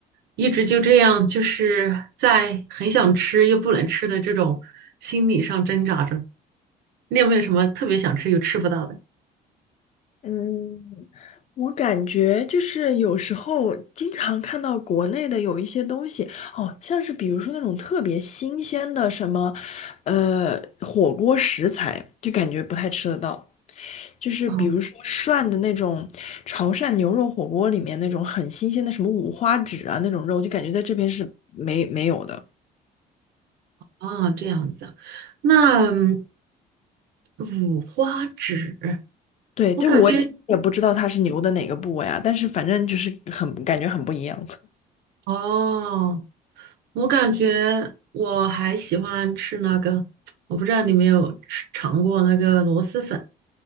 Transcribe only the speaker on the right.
一直就这样，就是在很想吃又不能吃的这种心理上挣扎着。你有没有什么特别想吃又吃不到的？
哦
哦，这样子啊，那嗯五花指，
我感对觉
哦，我感觉我还喜欢吃那个，我不知道你有没有吃尝过那个螺蛳粉。